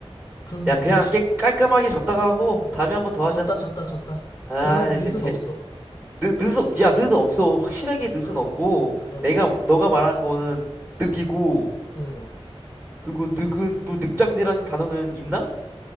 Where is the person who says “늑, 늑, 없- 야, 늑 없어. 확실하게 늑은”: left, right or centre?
Right